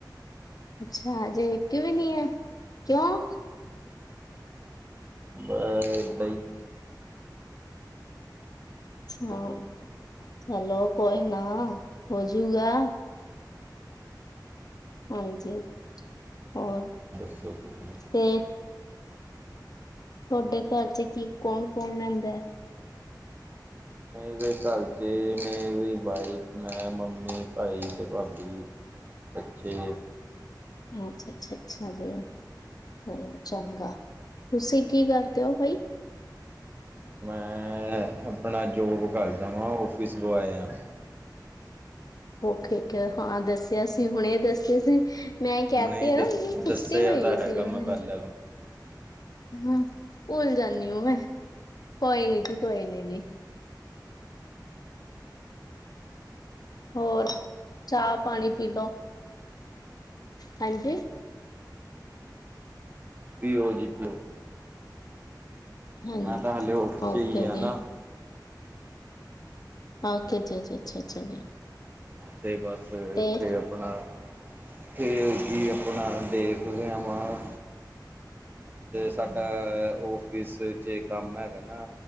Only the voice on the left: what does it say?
ਅੱਛਾ! ਅਜੇ ਇੱਕ ਵੀ ਨੀ ਹੈ। ਕਿਉਂ?
ਹਾਂ। ਚਲੋ ਕੋਈ ਨਾ ਹੋਜੂਗਾ। ਹਾਂਜੀ। ਹੋਰ,
ਤੇ ਤੁਹਾਡੇ ਘਰ ਚ ਕੀ ਕੌਣ-ਕੌਣ ਨੁਹਦਾ ਹੈ।
ਅੱਛਾ-ਅੱਛਾ-ਅੱਛਾ ਜੀ। ਚਲੋ ਚੰਗਾ। ਤੁਸੀਂ ਕੀ ਕਰਦੇ ਹੋ ਬਾਈ?
ਓਕੇ- ਓਕੇ, ਹਾਂ, ਦੱਸਿਆ ਸੀ ਹੁਣੇ ਦੱਸਿਆ ਸੀ। ਮੈਂ ਕਹਿ
ਤੇ
ਆ
ਨਾ ਕੁੱਤੇ
ਪਈ
ਸੀ। ਉਹਨੇ
ਹਾਂ। ਭੁੱਲ ਜਾਂਦੀ ਹਾਂ ਮੈਂ, ਕੋਈ ਨੀ ਜੀ ਕੋਈ ਨੀ ਜੀ। ਹੋਰ, ਚਾਹ -ਪਾਣੀ ਪੀ ਲੋੋ। ਹਾਂਜੀ।
ਹਾਂਜੀ
ਓਕੇ
ਜੀ
ਓਕੇ ਜੀ-ਜੀ ਅੱਛਾ-ਅੱਛਾ ਜੀ।
ਤੇ